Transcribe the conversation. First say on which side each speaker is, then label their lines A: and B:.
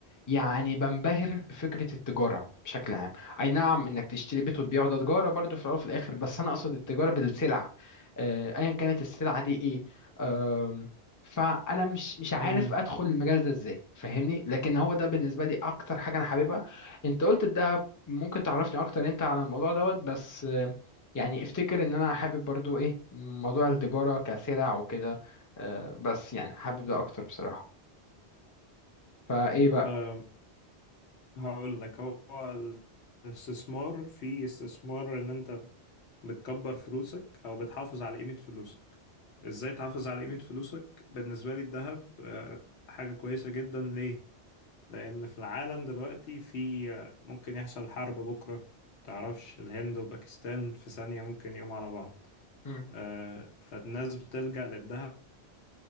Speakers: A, on the left; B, on the left.
A: يعني بنبهر بفكرة التجارة بشكل عام أي نعم إنك تشتري بيت وتبيعه ده تجارة برضو في الأول وفي الآخر بس أنا أقصد التجارة بالسلع آه، أيا كانت السلعة دي إيه آم، فأنا مش مش عارف
B: امم
A: أدخل المجال ده إزاي فاهمني لكن هو ده بالنسبة لي أكتر حاجة أنا حاببها أنت قلت ده ممكن تعرفني أكتر أنت على الموضوع دوت بس آه، يعني افتكر إن أنا حابب برضو إيه موضوع التجارة كسلع وكده آه، بس يعني حابب ده أكتر بصراحة فإيه بقى؟
B: امم هقول لك هو الاستثمار في استثمار ان انت بتكبر فلوسك او بتحافظ على قيمة فلوسك ازاي تحافظ على قيمة فلوسك بالنسبة لي الذهب آه، حاجة كويسة جدا ليه لان في العالم دلوقتي في آه، ممكن يحصل حرب بكرة تعرفش الهند وباكستان في ثانية ممكن يقوموا على بعض
A: مم.
B: آه، فالناس بتلجأ للذهب